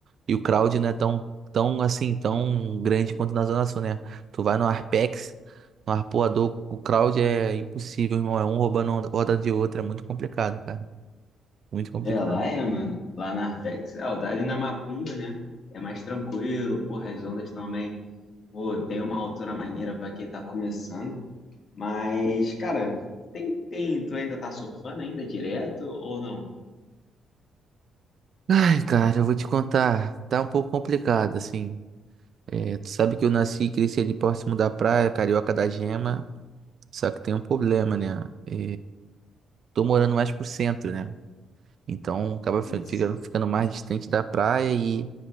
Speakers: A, on the right; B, on the left.
A: e o crowd não é tão, tão assim, tão grande quanto na Zona Sul, né? Tu vai no Arpex, no Arpoador, o crowd é impossível, irmão. É um roubando onda onda de outra é muito complicado, cara. Muito complicado.
B: É, lá é, mano. Lá na Arpex, é, ali na Macumba, né? É mais tranquilo, porra, as ondas também. Pô, tem uma altura maneira pra quem tá começando. Mas, cara, tem, tem, tu ainda tá surfando ainda direto ou não?
A: Ai, cara, eu vou te contar. Tá um pouco complicado, assim. É, tu sabe que eu nasci e cresci ali próximo da praia, Carioca da Gema. Só que tem um problema, né? É, tô morando mais pro centro, né? Então acaba
B: Putz,
A: fi- ficando, ficando mais distante da praia e